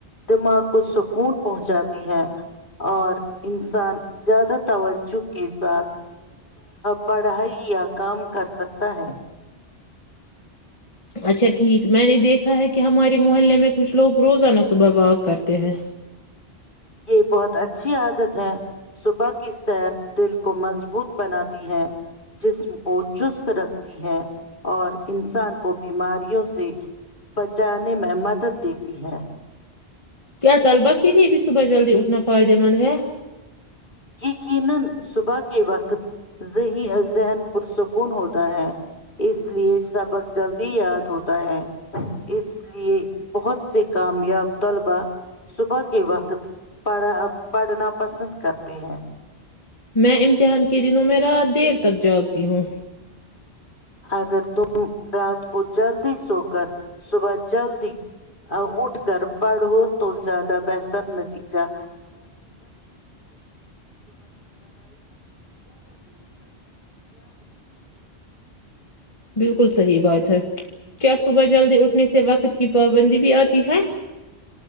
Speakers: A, on the left; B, on the left.
A: دماغ کو سکون پہنچاتی ہے اور انسان زیادہ توجہ کے ساتھ پڑھائی یا کام کر سک ہے <unintelligible>
B: اچھا ٹھیک میں نے دیکھا ہے کہ ہمارے محلے میں کچھ لوگ روزانہ صبح واک کرتے ہیں
A: یہ بہت اچھی عادت ہے صبح کی سیر دل کو مضبوط بناتی ہے جسم کو چست رکھتی ہیں اور انسان کو بیماری وں سے بچا <unintelligible> میں مدد دی دی ہے
B: کیا طلبہ کے لیے بھی صبح جلدی اٹھنا فائدے مند ہے
A: یقینا صبح کے وقت یہی ذہن پرسکون ہوتا ہے اس لیے سب بس جلدی ہی آیا تھ ہے اس لیے بہت سے کامیاب طلباء صبح کے وقت پڑھا پڑھنا پسند کر ہیں
B: میں امتحان کے دنوں میں رات دیر تک جاگتی ہوں
A: اگر تم رات کو جلدی سو کر صبح جلدی اٹھ کر پڑھو تو زیادہ بہتر نتیجہ
B: بالکل صحیح بات ہے کیا صبح جلدی اٹھنے سے وقت کی پابندی بھی آتی ہے